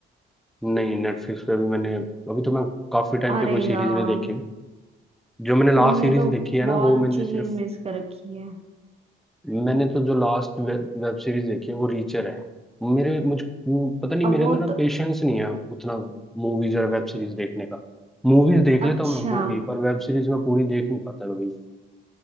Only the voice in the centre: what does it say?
नहीं नेटफ्लिक्स पे अभी मैंने अभी तो मैं काफी टाइम
से कोई सीरीज
नहीं देखी हूँ जो मैंने लास्ट
सीरीज
देखी है
ना वो
मैंने सिर्फ
मैंने तो जो लास्ट वेब सीरीज देखी है वो रीचर है मेरे मुझ पता नहीं
मेरे
अंदर ना
पेशेंस नहीं है उतना मूवीज और वेब सीरीज देखने का मूवीज देख लेता
हूँ मैं वो भी पर वेब सीरीज में पूरी देख नहीं पाता कभी भी